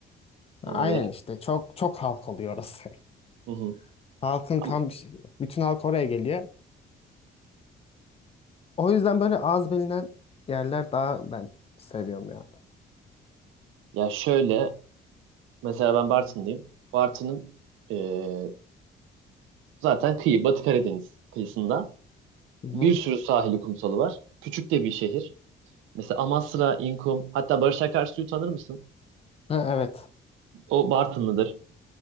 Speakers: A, on the right; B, on the left.
A: E,
B: Aynen
A: hı
B: işte çok çok halk oluyor orası.
A: hı.
B: <laughs> Halkın
A: Ama-
B: tam bir şey- bütün halk oraya geliyor. O yüzden böyle az bilinen yerler daha ben seviyorum ya.
A: Ya şöyle. Mesela ben Bartın'dayım. Bartın'ın eee, zaten kıyı, Batı Karadeniz kıyısında
B: Hı hı.
A: bir sürü sahili kumsalı var. Küçük de bir şehir. Mesela Amasra, İnkum, hatta Barış Akarsu'yu tanır mısın?
B: Ha, evet.
A: O Bartınlıdır.